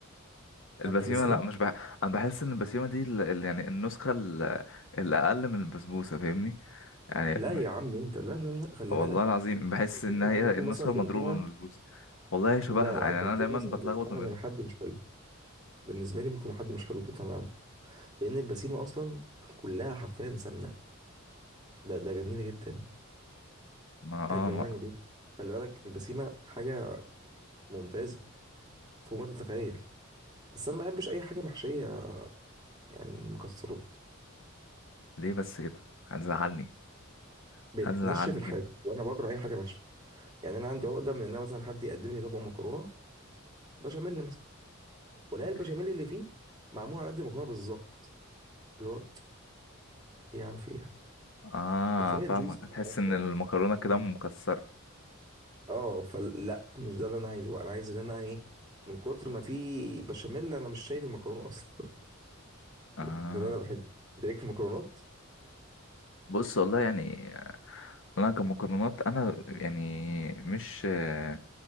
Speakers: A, on the left; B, on the right.
A: البسيمة
B: عارف البسيمه
A: لا مش بح... انا بحس ان البسيمة دي ال- ال- يعني النسخة ال- الأقل من البسبوسة فاهمني يعني
B: لا يا عم انت لا لا لا خلي
A: والله
B: بالك
A: العظيم بحس
B: الهزيمه
A: ان هي
B: انت ممكن
A: النسخه
B: مثلا
A: المضروبه
B: دقتها
A: من البسبوسه والله هي شبهها
B: لا لا
A: يعني
B: انت
A: انا
B: هتلاقيك
A: دايما
B: مثلا
A: بتلخبط
B: دقتها
A: ما بينهم
B: من حد مش حلو بالنسبه لي ممكن حد مش حلو دقتها من عنده لان البسيمه اصلا كلها حرفيا سمنه ده ده جميله جدا
A: ما
B: انت
A: اه
B: هتجوعني
A: ما
B: ليه خلي بالك البسيمه حاجه ممتازه فوق ما تتخيل بس انا ما بحبش اي حاجه محشيه يعني مكسرات
A: ليه بس كده هتزعلني
B: بتنشف
A: هتزعلني
B: الحاجه
A: كده
B: وانا بكره اي حاجه ناشفه يعني انا عندي عقده من ان أنا مثلا حد يقدم لي طبق مكرونه بشاميل مثلا ولا
A: ماشي
B: البشاميل اللي فيه معمول على قد المكرونه بالظبط اللي هو ايه عن في إيه؟
A: اه
B: ما تخليها
A: فاهمك
B: جوسي
A: هتحس
B: كده اكتر
A: ان المكرونه كده مكسره
B: اه فلا مش ده اللي انا عايزه بقى انا عايز ان انا ايه من كتر ما في بشاميل انا مش شايف المكرونه اصلا
A: اه
B: <laughs> ده اللي انا بحب دايركت المكرونات
A: بص والله يعني آه، انا كمكرونات انا يعني مش آه،